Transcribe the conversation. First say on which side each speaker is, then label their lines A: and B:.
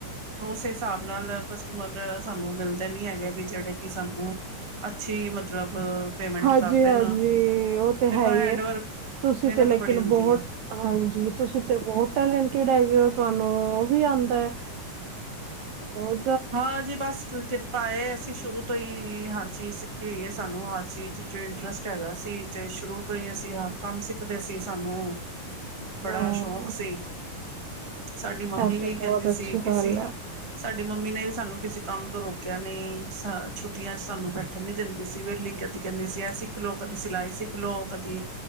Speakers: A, on the right (about 20°); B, on the right (about 75°).
A: ਉਸੇ ਹਿਸਾਬ ਨਾਲ ਕਸਟਮਰ ਸਾਨੂੰ ਮਿਲਦੇ ਨੀ ਹੈਗੇ ਵੀ ਜਿਹੜੇ ਕਿ ਸਾਨੂੰ ਅੱਛੀ ਮਤਲਬ ਪੇਮੈਂਟ
B: ਹਾਂਜੀ
A: ਕਰਦੇ
B: ਹਾਂਜੀ
A: ਨਾ
B: ਉਹ ਤੇ
A: ਦੇਖੋ
B: ਹੈ
A: ਹੈਂਡ
B: ਹੀ
A: ਵਰਕ
B: ਤੁਸੀਂ
A: ਮਿਹਨਤ
B: ਤੇ ਲੇਕਿਨ
A: ਬੜੀ ਹੁੰਦੀ
B: ਬਹੁਤ
A: ਹੈ
B: ਹਾਂਜੀ ਤੁਸੀਂ ਤੇ ਬਹੁਤ ਟੈਲੈਂਟਡ ਹੈਗੇ ਹੋ ਤੁਹਾਨੂੰ ਉਹ ਵੀ ਆਉਂਦਾ ਹੈ। ਹੋਰ
A: ਹਾਂ ਜੀ ਬਸ ਕਿਰਪਾ ਅਸੀਂ ਸ਼ੁਰੂ ਤੋਂ ਹੀ ਹਰ ਚੀਜ਼ ਸਿੱਖੀ ਹੋਈ ਹੈ ਸਾਨੂੰ ਹਰ ਚੀਜ਼ ਚ ਇੰਟਰਸਟ ਹੈਗਾ ਸੀ ਤੇ ਸ਼ੁਰੂ ਤੋਂ ਹੀ ਅਸੀਂ ਹਰ ਕੰਮ ਸਿੱਖਦੇ ਸੀ ਸਾਨੂੰ ਬੜਾ
B: ਹੂੰ,
A: ਸ਼ੌਕ ਸੀ। ਸਾਡੀ ਮੰਮੀ
B: ਇਹ
A: ਵੀ
B: ਤੇ
A: ਕਹਿੰਦੀ
B: ਬਹੁਤ
A: ਸੀ
B: ਅੱਛੀ
A: ਕੀ ਕਿਸੇ
B: ਗੱਲ ਹੈ।
A: ਸਾਡੀ ਮੰਮੀ ਨੇ ਵੀ ਸਾਨੂੰ ਕਿਸੇ ਕੰਮ ਤੋਂ ਰੋਕਿਆ ਨਹੀਂ ਛੁੱਟੀਆਂ ਚ ਸਾਨੂੰ ਬੈਠਣ ਨੀ ਦਿੰਦੀ ਸੀ ਵਿਹਲੀ ਕਦੀ ਕਹਿੰਦੀ ਸੀ ਹੈ ਸਿਖ ਸਿੱਖ ਲਓ ਕਦੀ ਸਿਲਾਈ ਸਿੱਖ ਲਓ ਕਦੀ